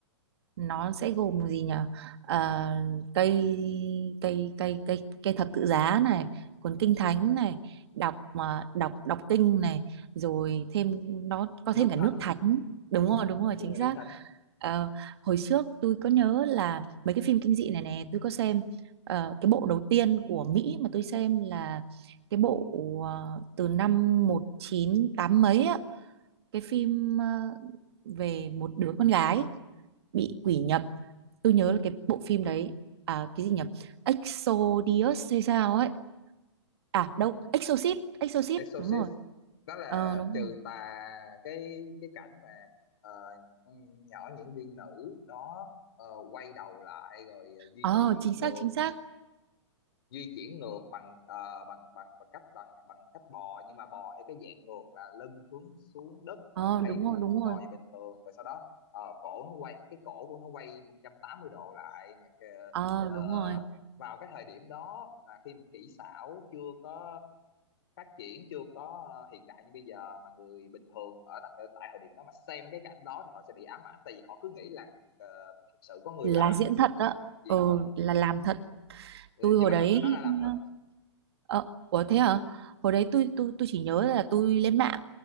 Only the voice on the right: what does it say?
nó sẽ gồm gì nhỉ Ờ, cây cây cây cây cây thập tự giá này cuốn kinh thánh này đọc mà đọc đọc kinh này rồi thêm nó có
thêm cả
nước thánh đúng
rồi đúng rồi
chính
xác
Ờ, hồi trước tôi có nhớ là mấy cái phim kinh dị này này tôi có xem Ờ, cái bộ đầu tiên của Mỹ mà tôi xem là cái bộ ờ, từ năm một chín tám mấy á cái phim ờ, về một đứa con gái bị quỷ nhập tôi nhớ là cái bộ phim đấy à, cái gì nhỉ Exodius hay sao ấy à đâu Exorcist Exorcist
đúng rồi
ờ đúng
rồi
ờ
chính xác
chính xác
ờ
đúng
rồi đúng
rồi
ờ
đúng rồi
là
diễn thật
đó
ờ
là làm thật
tôi
hồi
đấy
ờ ờ, ủa thế hả hồi đấy tôi tôi tôi chỉ nhớ là tôi lên mạng